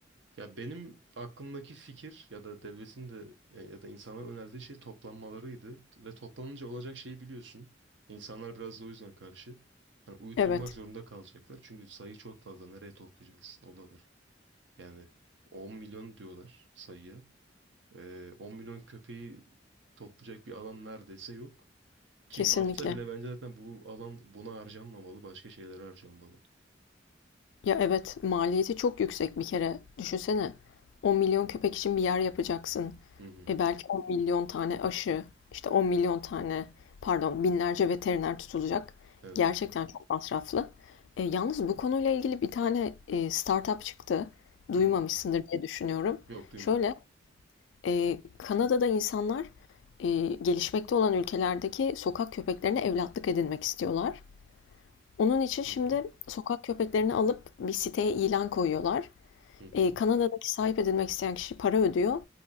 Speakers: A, on the right; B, on the left.
A: Ya benim aklımdaki fikir ya da devletin de ya ya da insanlara önerdiği şey toplanmalarıydı. Ve toplanınca olacak şeyi biliyorsun. İnsanlar biraz da o yüzden karşı. Hani uyutulmak
B: Evet,
A: zorunda kalacaklar. Çünkü sayı çok fazla. Nereye toplayacaksın? O da var. Yani 10 milyon diyorlar sayıya. Ee, 10 milyon köpeği toplayacak bir alan neredeyse yok. Ki
B: kesinlikle.
A: varsa bile bence zaten bu alan buna harcanmamalı. Başka şeylere harcanmalı.
B: Ya evet, maliyeti çok yüksek bir kere. Düşünsene, 10 milyon köpek için bir yer yapacaksın.
A: Hı hı.
B: E belki 10 milyon tane aşı, işte 10 milyon tane, pardon, binlerce veteriner tutulacak.
A: Evet.
B: Gerçekten çok masraflı. E, yalnız bu konuyla ilgili bir tane e, startup çıktı. Duymamışsındır
A: Hı.
B: diye düşünüyorum.
A: Yok duymadım.
B: Şöyle, e, Kanada'da insanlar e, gelişmekte olan ülkelerdeki sokak köpeklerine evlatlık edinmek istiyorlar. Onun için şimdi
A: Hı hı.
B: sokak köpeklerini alıp bir siteye ilan koyuyorlar.
A: Hı hı.
B: Ee, Kanada'daki sahip edilmek isteyen kişi para ödüyor